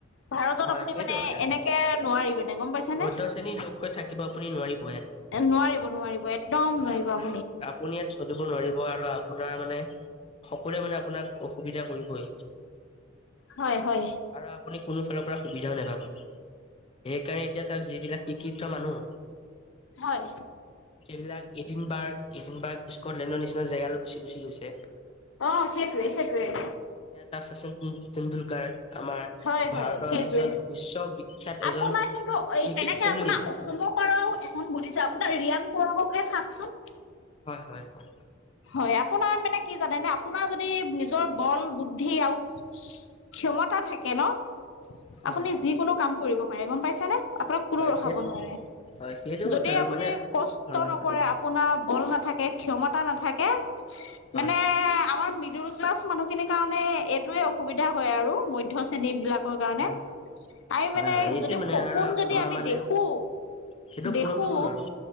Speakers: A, on the left; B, on the left.
A: ভাৰতত
B: হয়
A: আপুনি
B: সেইটো
A: মানে
B: কথা
A: এনেকে নোৱাৰি মানে গম পাইছে
B: মধ্য
A: নে?
B: শ্ৰেণীৰ লোক হৈ থাকিব আপুনি নোৱাৰিব ইয়াত
A: এ নোৱাৰিব নোৱাৰিব একদম
B: নহ'লে
A: নোৱাৰিব।
B: আপোনাক আপুনি ইয়াত চলিব নোৱাৰিব আৰু আপোনাৰ মানে সকলোৱে মানে আপোনাক অসুবিধা কৰিবই।
A: হয় হয়।
B: আৰু আপুনি কোনো ফালৰ পৰা সুবিধাও নাপাব। সেইকাৰণে এতিয়া চাওক যিলাক শিক্ষিত মানুহ
A: হয়।
B: সেইবিলাক ইদিনবাৰ্গ ইদিনবাৰ্গ স্কটলেণ্ডৰ নিচিনা জেগালৈ গুচি গুচি গৈছে।
A: অ সেইটোৱে সেইটোৱে।
B: এতিয়া চাওক শচীন তেণ্ডুলকাৰ আমাৰ
A: হয় হয়
B: ভাৰতৰ
A: সেইটোৱে।
B: যিজন বিশ্ববিখ্যাত এজন
A: আপোনাৰ কিন্তু
B: ক্ৰিকেট
A: এই কেনেকে
B: খেলুৱৈ
A: আপোনাৰ অসমৰ পাৰো এজন বুলিছে আপোনাৰ ৰিয়ান পৰাককে চাওচোন।
B: হয় হয় হয়।
A: হয় আপোনাৰ মানে কি জানে আপোনাৰ যদি নিজৰ বল বুদ্ধি আৰু ক্ষমতা থাকে ন,
B: হয়
A: আপুনি যিকোনো কাম কৰিব পাৰে গম পাইছে নে? আপোনাক কোনো
B: হয়
A: ৰখাব
B: সেই
A: নোৱাৰে।
B: হয় সেইটো
A: যদি
B: কথা আৰু
A: আপুনি
B: মানে
A: কষ্ট
B: হয়
A: নকৰে
B: হয়
A: আপোনাৰ বল নাথাকে, ক্ষমতা নাথাকে
B: হয়
A: মানে আমাৰ মিদুল ক্লাছ মানুহখিনিৰ কাৰণে এইটোৱে অসুবিধা হয় আৰু মধ্য শ্ৰেণী বিলাকৰ কাৰণে।
B: হয়
A: আমি
B: হয়
A: মানে
B: হয় এইটোৱে
A: যদি
B: মানে
A: সপোন
B: আৰু
A: যদি
B: আমাৰ
A: আমি
B: মানে
A: দেখো,
B: সেইটো
A: দেখো
B: পূৰণ কৰিব নোৱাৰো।